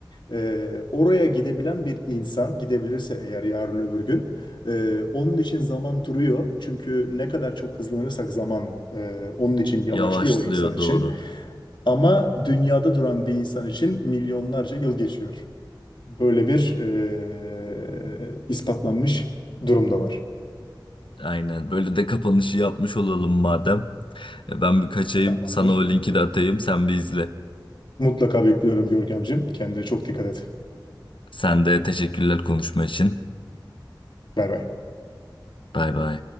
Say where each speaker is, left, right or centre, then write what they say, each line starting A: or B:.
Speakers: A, on the left; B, on the left.
A: E, oraya gidebilen bir insan gidebilirse eğer yarın öbür gün e, onun için zaman duruyor. Çünkü ne kadar çok hızlanırsak zaman e, onun için yavaşlıyor
B: Yavaşlıyor
A: o insan için.
B: doğru.
A: Ama dünyada duran bir insan için milyonlarca yıl geçiyor. Böyle bir eee, ispatlanmış durum da var.
B: Aynen. Böyle de kapanışı yapmış olalım madem. E, Ben bir kaçayım.
A: Tamamdır.
B: Sana o linki de atayım. Sen bir izle.
A: Mutlaka bekliyorum Görkemciğim. Kendine çok dikkat et.
B: Sen de teşekkürler konuşma için.
A: Bay bay.
B: Bay bay.